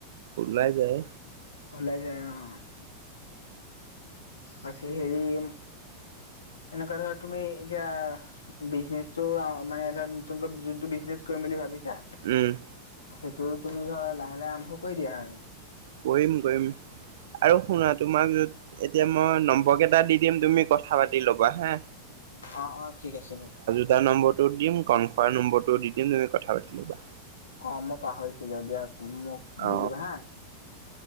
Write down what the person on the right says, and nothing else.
ওলাই যায়
উম
কৰিম কৰিম আৰু শুনা তোমাক যত এতিয়া মই নম্বৰ কেইটা দি দিম তুমি কথা পাতি ল'বা হা
অডাৰ নম্বৰটো দিম কনফাৰ্ম নম্বৰটো দি তুমি কথা পাতি ল'বা
অ